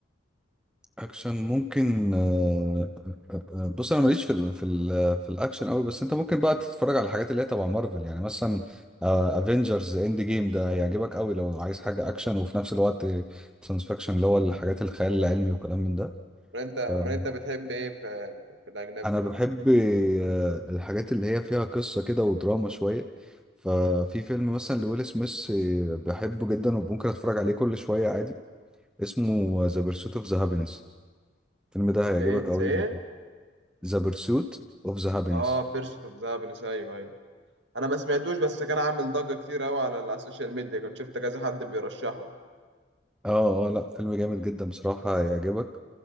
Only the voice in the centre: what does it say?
اكشن ممكن آه، آه، آه، بص انا ماليش في ال في ال في الاكشن قوي بس انت ممكن بقى تتفرج على الحاجات اللي هي تبع مارفل يعني مثلا افنجرز اند جيم ده هيعجبك قوي لو عايز حاجه اكشن وفي نفس الوقت ساينس فيكشن اللي هو الحاجات الخيال العلمي وكلام من ده
فانا
بحب آه، الحاجات اللي هي فيها قصه كده ودراما شويه ففي فيلم مثلا لويل سميث آه، بحبه جدا وممكن اتفرج عليه كل شويه عادي اسمه ذا بيرسوت اوف ذا هابينس الفيلم ده هيعجبك
قوي
ذا بيرسوت اوف ذا هابينس
اه اه لا فيلم جامد جدا بصراحة هيعجبك